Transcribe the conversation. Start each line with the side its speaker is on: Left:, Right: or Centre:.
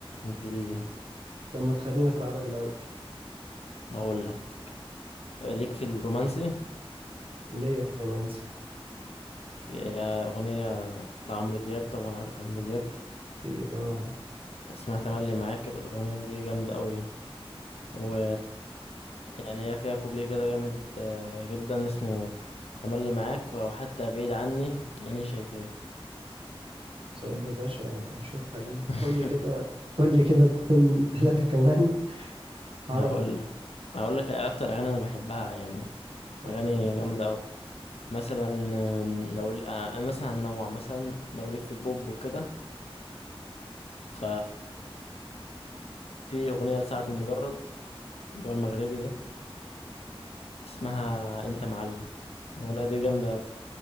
Left: انجليزي
Right: طب ما تخلينا في العربي الاول
Left: هقول لك ليك في الرومانسي
Right: اللي هي في الرومانسي
Left: في اغنيه لعمرو دياب طبعا عارف عمرو دياب
Right: اكيد اه
Left: اسمها تملي معاك الاغنيه دي جامده قوي و يعني هي فيها كوبليه كده جامد آه، جدا اسمه تملي معاك ولو حتى بعيد عني عيني شايفاك
Right: طيب يا باشا شوفها دي
Left: <laughs>
Right: قول لي كده قول لي كده اتنين تلاته كمان عربي
Left: هقول لك هقول لك اكتر اغاني انا بحبها يعني
Right: طب
Left: اغاني
Right: قول لي يا حبيبي
Left: جامده مثلا آم، لو ال- آه، انا مثلا هنوع مثلا لو ليك في البوب وكده ف في اغنيه لسعد المجرد اللي هو المغربي ده اسمها انت معلم الاغنيه دي جامده